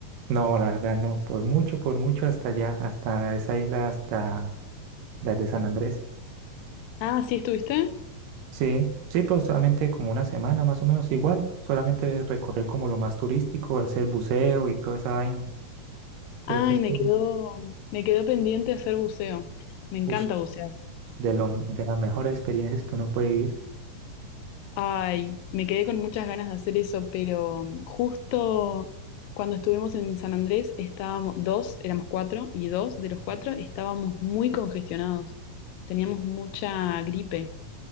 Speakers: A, on the right; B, on the left.
A: No, la verdad no, por mucho, por mucho hasta allá, hasta esa isla, hasta la de San Andrés.
B: Ah, ¿sí estuviste?
A: Sí, sí, pero solamente como una semana más o menos igual, solamente recorrer como lo más turístico, hacer buceo y toda esa vaina.
B: Ay,
A: Entonces, esas
B: me
A: cosas,
B: quedó, me quedó pendiente hacer buceo. Me encanta
A: uf,
B: bucear.
A: de, lo- de las mejores experiencias que uno puede vivir.
B: Ay, me quedé con muchas ganas de hacer eso, pero mm, justo cuando estuvimos en San Andrés estábamos dos, éramos cuatro, y dos de los cuatro estábamos muy congestionados. Teníamos mucha gripe.